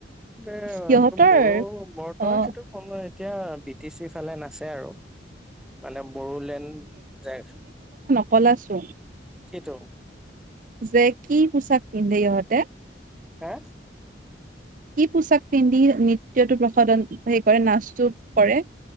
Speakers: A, in the centre; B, on the right.
A: <inaudible>
B: সিহঁতৰ
A: বড়ো বৰতচ
B: অ',
A: সেইটো। সময় এতিয়া বি টি চি ফালে নাচে আৰু। মানে বড়োলেণ্ড যায়।
B: কলে ছো।
A: কিটো।
B: যে কি পোছাক পিন্ধে ইহঁতে।
A: হা।
B: কি পোচাক পিন্ধি নৃত্যটো প্ৰসদন হেৰি কৰে নাচটো কৰে।